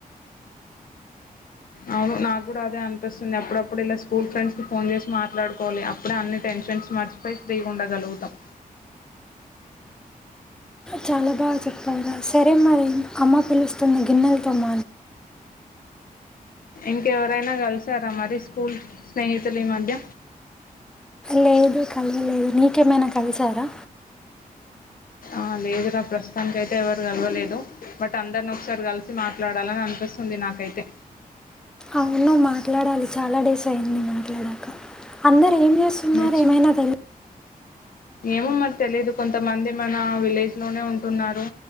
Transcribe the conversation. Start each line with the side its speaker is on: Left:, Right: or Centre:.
Left: అవును నాకు కూడా అదే అనిపిస్తుంది అప్పుడప్పుడు ఇలా స్కూల్ ఫ్రెండ్స్ కి ఫోన్ చేసి మాట్లాడుకోవాలి అప్పుడే అన్ని టెన్షన్స్ మర్చిపోయి ఫ్రీగ ఉండగలుగుతాం
Centre: చాల బాగా చెప్పావురా సరే మరి అమ్మ పిలుస్తుంది గిన్నెలు తోమ
Left: ఇంకెవరైనా కలిసారా మరి స్కూల్ స్నేహితులు ఈ మధ్య
Centre: లేదు కల్వలేదు నీకే మనా కలిసారా
Left: ఆ లేదు నా ప్రస్తుతాననికి అయితే ఎవరు కలవలేదు బట్ అందరిని ఒకసారి కలిసి మాట్లాడాలని అనిపిస్తుంది నాకైతే
Centre: అవును మాట్లాడాలి చాలా డేస్ అయింది మాట్లాడాక అందరు ఏం చేస్తున్నారు
Left: చ్చ
Centre: ఏమైనా తెలుసా
Left: ఏమ మరి తెలిదు కొంత మంది మన విలేజ్ లోనే ఉంటున్నారు